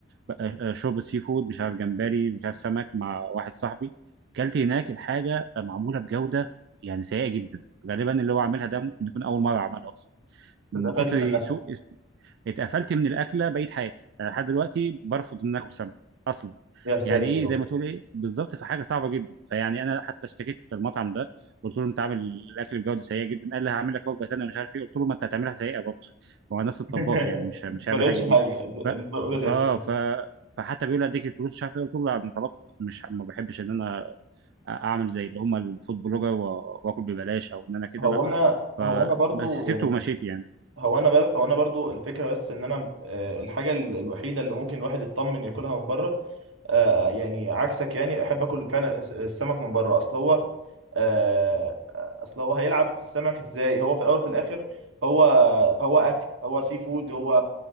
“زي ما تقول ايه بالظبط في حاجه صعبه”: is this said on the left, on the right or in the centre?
Right